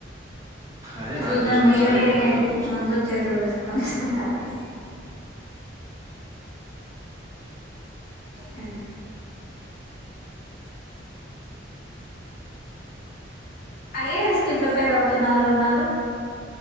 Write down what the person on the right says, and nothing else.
అదే
నాకు తోచినంత
సాయం నా తరపు నుంచి